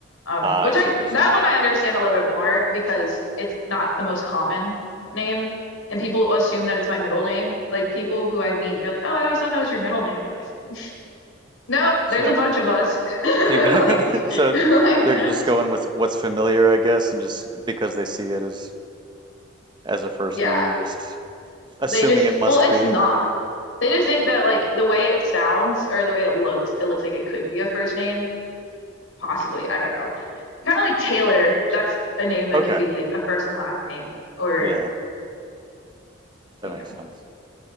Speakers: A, on the left (about 85°); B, on the right (about 20°).
A: um
B: Ah,
A: which
B: I see
A: I
B: what you're saying.
A: that one I understand a little bit more because it's not the most common name and people assume that it's my middle name like people who I meet they're like oh I always thought that was your middle name and I'm like <laughs> nope
B: So
A: there's a bunch of us <laughs>
B: people, <laughs>
A: like
B: so
A: <laughs> like
B: they're
A: uh,
B: just going with what's familiar, I guess, and just because they see it as as a first
A: yeah
B: name, just assuming
A: they just
B: it must
A: well it's
B: be.
A: not they just think that like the way it sounds or the way it looks it looks like it could be a first name possibly I don't know Kind of like Taylor. That's a name that
B: Okay.
A: could be like a first and last name, or
B: Yeah, that
A: you
B: makes
A: know.
B: sense.